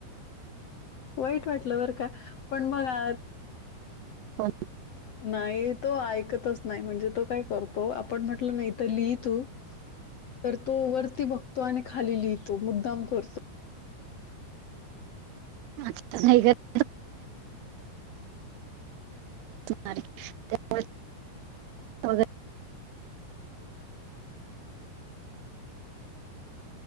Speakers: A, on the left (about 70°); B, on the right (about 75°).
A: वाईट वाटलं बरं का, पण मला
B: हो.
A: <inaudible> नाही तो ऐकतच नाही म्हणजे तो काय करतो, आपण म्हटलं ना इथं लीही तू तर तो वरती बघतो आणि खाली लिहितो. मुद्दाम करतो.
B: अ तिथं नाही ग <inaudible> <unintelligible> आहे.